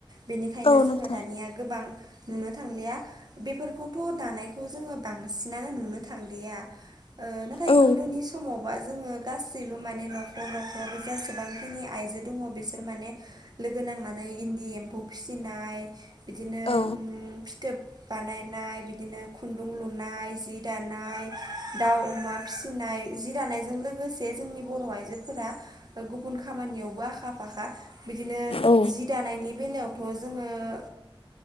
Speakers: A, on the right; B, on the left.
A: बेनिखायनो
B: औ
A: जोङो
B: नोंथां
A: दानिया गोबां नुनो थांलिया बेफोरखौथ' दानायखौ जोङो बांसिनानो नुनो थांलिया नाथाय
B: औ
A: गोदोनि समाव ज गासैबो मान न'खर न'खर जेसेबांखिनि आइजो दङ बिसोर माने लोगो नांनानै इन्दि एम्फौ फिसिनाय बिदिनो
B: औ
A: फिथोब बानायनाय बिदिनो खुन्दुं लु दानाय जि दानाय दाउ अमा फिसिनाय जिरानायजों लोगोसे जोंनि बर' आइजो फोर गुबुन खामानियावबो आखा फाखा बिदिनो
B: औ
A: जि दानायनि बेलायाव जेरै